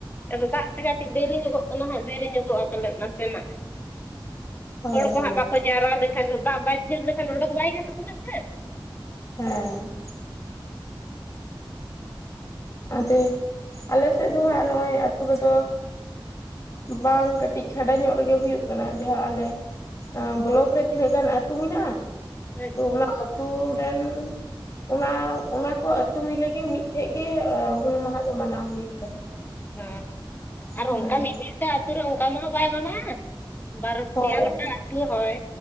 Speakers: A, on the left; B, on the left.
A: ᱟᱫᱚ ᱫᱟᱜ ᱛᱮᱜᱮ ᱠᱟᱹᱴᱤᱡ ᱫᱮᱨᱤᱧᱚᱜᱚᱜ ᱠᱟᱱᱟ ᱦᱟᱸᱜ ᱫᱮᱨᱤ ᱧᱚᱜᱚᱜᱼᱟ ᱯᱟᱞᱮᱫ ᱱᱟᱥᱮᱱᱟᱜ <unintelligible>
B: ᱦᱳᱭ
A: ᱦᱚᱲ ᱠᱚᱱᱦᱟᱸᱜ
B: ᱦᱳᱭ
A: ᱵᱟᱠᱚ ᱡᱟᱣᱨᱟ ᱞᱮᱱᱠᱷᱟᱱ ᱫᱟᱜ ᱵᱟᱭ ᱛᱷᱤᱨ ᱞᱮᱠᱷᱟᱱ ᱚᱸᱰᱚᱠ ᱵᱟᱭ ᱜᱟᱱᱚᱜ ᱠᱟᱱᱟ ᱥᱮ
B: ᱦᱮᱸ ᱟᱫᱚ ᱟᱞᱮᱥᱮᱫ ᱫᱚ ᱦᱟᱸᱜ ᱱᱚᱜᱼᱚᱭ ᱟᱛᱩ ᱨᱮᱫᱚ ᱵᱟᱝ ᱠᱟᱹᱴᱤᱡ ᱪᱷᱟᱰᱟ ᱧᱚᱜ ᱨᱮᱜᱮ ᱦᱩᱭᱩᱜ ᱠᱟᱱᱟ ᱡᱟᱦᱟᱸ ᱟᱞᱮ ᱵᱞᱚᱠ ᱨᱮ ᱛᱤᱱᱟᱹᱜ ᱜᱟᱱ ᱟᱛᱩ ᱢᱮᱱᱟᱜ-ᱟ
A: ᱦᱮᱸ <inaudible>
B: ᱚᱱᱟ ᱟᱛᱩ ᱨᱮᱱ ᱚᱱᱟ ᱚᱱᱟᱠᱚ ᱟᱛᱩ ᱢᱤᱞᱮᱜᱮ ᱢᱤᱫᱴᱷᱮᱡ ᱜᱮ ᱦᱩᱞ ᱢᱟᱦᱟ ᱫᱚ ᱢᱟᱱᱟᱣ ᱦᱩᱭᱩᱜ ᱛᱟᱦᱮᱸᱫ
A: ᱦᱮᱸ ᱟᱨ
B: ᱦᱳᱭ
A: ᱚᱱᱠᱟ ᱢᱤᱫᱢᱤᱫᱴᱟ ᱟᱛᱩ ᱨᱮ ᱚᱱᱠᱟ ᱢᱟ ᱵᱟᱭ ᱢᱟᱱᱟ-ᱟ ᱵᱟᱨ
B: ᱦᱳᱭ
A: ᱯᱮᱭᱟ ᱜᱚᱴᱟ ᱟᱛᱩ ᱦᱳᱭ